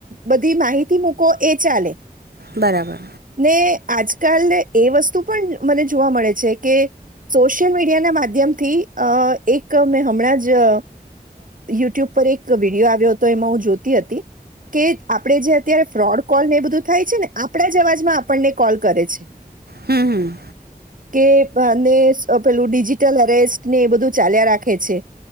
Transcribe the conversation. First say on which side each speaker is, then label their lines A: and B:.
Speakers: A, on the right; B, on the right.
A: બધી માહિતી મુકો એ ચાલે.
B: બરાબર
A: ને આજકાલ એ વસ્તુ પણ મને જોવા મળે છે, કે સોશિયલ મીડિયાના માધ્યમથી અ એક મેં હમણાં જ યુટ્યુબ પર એક વિડીયો આવ્યો હતો એમાં હું જોતી હતી કે આપડે જે અત્યારે ફ્રોડ કોલને એ બધું થાય છે, ને આપડા જ અવાજમાં આપણને કોલ કરે છે.
B: હમ્મ હમ્મ.
A: કે અને પેલું ડિજિટલ અરેસ્ટને એ બધું ચાલ્યા રાખે છે,